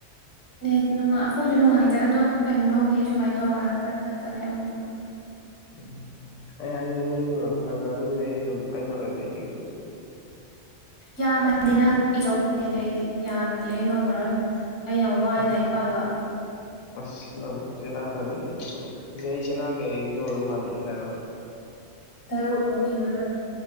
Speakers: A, on the left; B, on the left.
A: ꯅꯦꯠ ꯑꯩꯈꯣꯏꯁꯨ ꯅꯨꯡꯉꯥꯏꯇꯦ ꯑꯗꯣ ꯀꯩꯅꯣ ꯈꯪꯗꯦ ꯁꯨꯃꯥꯏꯅ ꯇꯧꯔ ꯄꯠ ꯄꯠ ꯇꯠꯂꯦ ꯑꯃꯨꯛ
B: ꯎꯝ ꯑꯩ ꯍꯥꯏꯁꯦ ꯅꯪꯒꯤ ꯐꯔꯛ ꯆꯥꯗꯕꯨꯗꯤ ꯑꯩ ꯑꯗꯨꯝ ꯑꯩꯅ ꯑꯣꯏꯅ ꯏꯔꯨꯁꯦ
A: ꯌꯥꯝꯃꯗꯤ ꯅꯪ ꯏꯆꯧꯅꯦ ꯑꯩꯗꯤ ꯌꯥꯝꯃꯗꯤ ꯑꯩ ꯉꯝꯃꯔꯣꯏ ꯑꯩ ꯌꯥꯝ ꯋꯥꯏ
B: ꯑꯁ
A: ꯂꯥꯏꯔꯤꯛ ꯄꯥꯕ
B: ꯑꯁ ꯅꯪ ꯁꯦꯅꯥꯈ ꯍꯧꯖꯤꯛ ꯑꯩ ꯁꯦꯅꯥꯒꯦ ꯑꯩꯗ ꯃꯥꯟꯒꯦ ꯍꯥꯏꯔꯛ
A: ꯇꯔꯨꯛ ꯑꯃꯨꯛ ꯏꯕ ꯂꯣꯏꯔꯝ